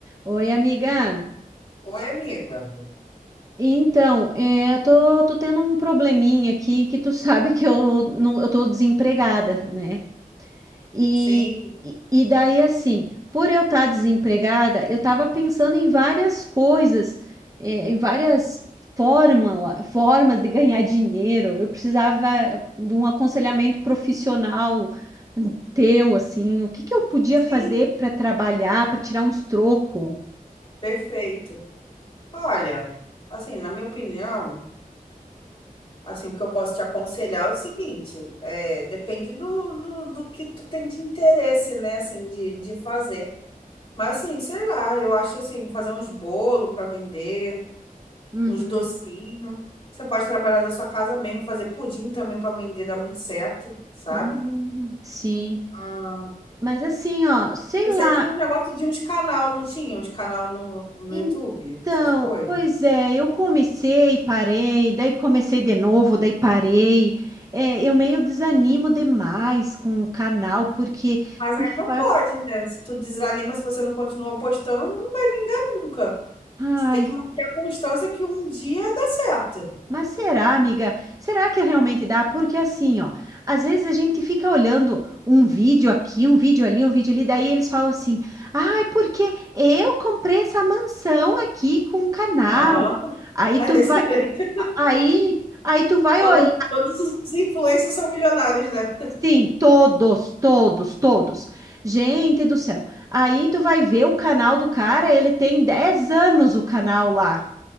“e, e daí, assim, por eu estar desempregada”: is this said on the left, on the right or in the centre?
Right